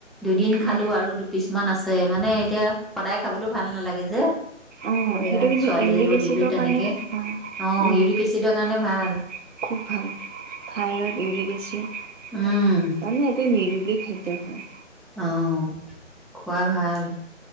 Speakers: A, in the centre; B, on the right.
A: দুদিন
B: উম,
A: খালোঁ আৰু দুপিছ মান আছে মানে। এতিয়া সদায় খাবলৈওঁ ভাল নালাগে যে।
B: অ',
A: এয়া
B: সেইটো কিন্তু
A: ছোৱালীলৈও
B: ইউৰিক এচি
A: দিলো
B: চিত্ৰ
A: তেনেকে
B: পাৰিম উম,
A: অ
B: উম,
A: ইউৰিক এচিডৰ কাৰণে ভাল
B: খুবভাল থাইৰ ইউৰিক এচি মানে
A: উম
B: এটো নিৰু হয়।
A: আউ। খোৱা ভাল।